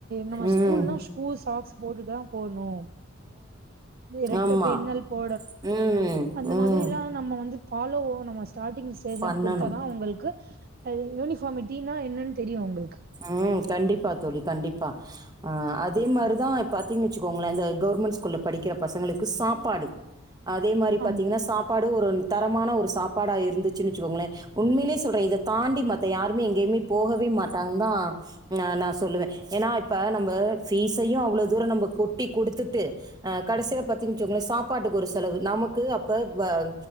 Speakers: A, on the right; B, on the right.
A: நம்ம
B: ம்
A: ஸ்கூல்னா சூ சாக்ஸ் போட்டுதான் போனும் இரட்ட
B: ஆமா
A: பின்னல் போ
B: ம்
A: அந்த
B: ம்
A: மாதிரல்லா நம்ம வந்து ஃபாலோ நம்ம ஸ்டாடிங் டைலர்
B: பண்ணணும்
A: கொடுத்தா தான் அவங்களுக்கு யூனிபார்ம் <unintelligible> தெரியும் அவுங்களுக்கு
B: உம் கண்டிப்பா தோழி கண்டிப்பா அதே மாரிதான் பார்த்தீங்கு வச்சுக்கோங்களேன் இந்த கவர்மெண்ட் ஸ்கூல்ல படிக்கிற பசங்களுக்கு சாப்பாடு அதே மாரி
A: ஆமா
B: பாத்தீங்கன்னா சாப்பாடு ஒரு தரமான ஒரு சாப்பா டா இருந்துச்சுச்சுக்கோங்களே உண்மையே சொல்றேன் இதை தாண்டி யாருமே எங்கயுமே போகவே மாட்டேன் மாட்டாங்க தான் ஆஹ் நான் சொல்லுவேன் ஏன்னா இப்ப நம்ம பீஸையும் அவ்வளவு தூரம் நம்ம கொட்டி கொடுத்துட்டு அஹ் கடைசியில பாத்தீங்கச்சங்களே சாப்பாட்டுக்கு ஒரு செலவு நமக்கு அப்ப